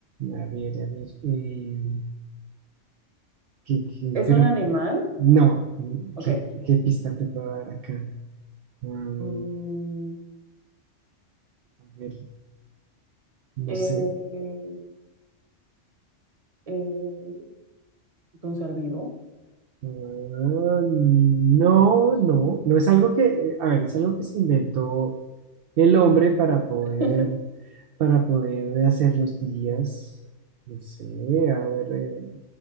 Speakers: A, on the right; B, on the right.
A: A ver, a ver, eh, ¿qué- qué?
B: ¿Es
A: pero
B: un animal?
A: no,
B: Ok.
A: ¿qué, qué pista te puedo dar acá? Ah,
B: Mm,
A: a ver, no
B: eh,
A: sé.
B: eh, es un ser vivo.
A: Ah, no, no, no es algo que, eh, a ver, es algo que se inventó el hombre para poder,
B: <laughs>
A: para poder hacer los días, no sé, a ver, eh,